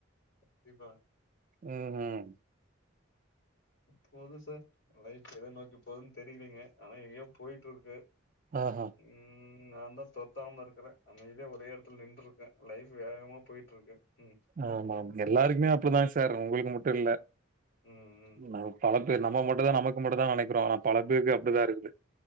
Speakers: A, on the left; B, on the right.
A: கண்டிப்பா
B: ம் ம்
A: போது சார் லைஃப் எத நோக்கி போதுனு தெரியலங்க ஆனா எங்கயோ போய்ட்டுருக்கு
B: ஆஹா.
A: ம் நா தா தொத்தாம இருக்கற அமைதியா ஒரே இடத்துல நின்ருக்கே லைஃப் வேகமா போயிட்டு இருக்கு ம்
B: ஆமாமா எல்லாருக்குமே அப்டிதா சார் உங்களுக்கு மட்டுல்ல
A: ம் ம்
B: ந பல பேர் நம்ம மட்டு தா நமக்கு மட்டு தா நனக்கிறோ பல பேருக்கு அப்டிதா
A: ம்.
B: இருக்குது